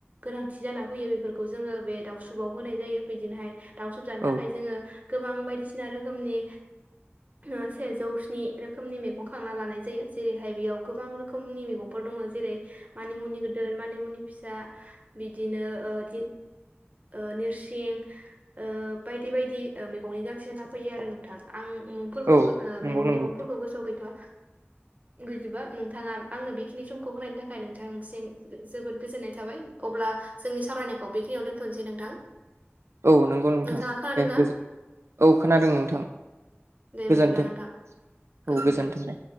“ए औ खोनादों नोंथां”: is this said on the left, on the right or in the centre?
Right